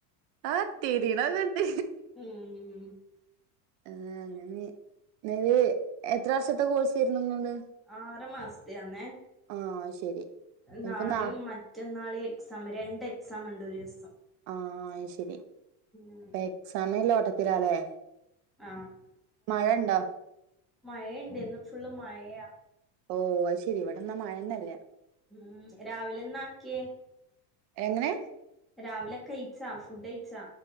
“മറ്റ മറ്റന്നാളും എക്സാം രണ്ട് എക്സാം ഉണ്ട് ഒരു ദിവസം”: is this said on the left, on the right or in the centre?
Centre